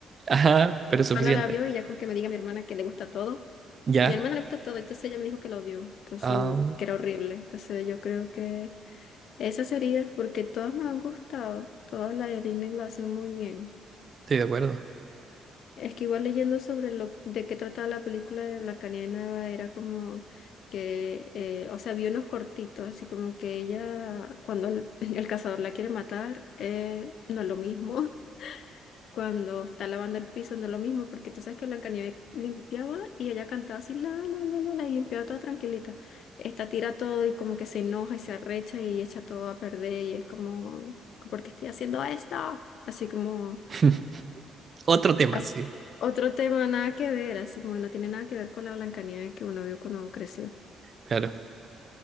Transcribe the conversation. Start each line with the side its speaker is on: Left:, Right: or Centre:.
Right: Ajá, pero es suficiente.
Left: hermana la vio y ya con que me diga mi hermana que le gusta todo.
Right: Ya.
Left: Mi hermana le gusta todo, entonces ella me dijo que lo odió, entonces
Right: Ah,
Left: mm, que era horrible. Entonces yo creo que esa sería, porque todas me han gustado, todas las de Disney lo hacen muy bien.
Right: estoy de acuerdo.
Left: Es que igual leyendo sobre lo de qué trataba la película de Blancanieves Nueva era como que, eh, o sea, vi unos cortitos, así como que ella, cuando el, <laughs> el cazador la quiere matar, eh, no es lo mismo. cuando está lavando el piso no es lo mismo, porque tú sabes que Blancanieves limpiaba y ella cantaba así, la, la, la, la, la, y limpiaba toda tranquilita. Esta tira todo y como que se enoja y se arrecha y echa todo a perder y es como, ¿por qué estoy haciendo esto? Así como,
Right: <laughs> Otro tema,
Left: as-
Right: sí.
Left: otro tema nada que ver, así como que no tiene nada que ver con la Blancanieves que uno vio cuando creció.
Right: Claro.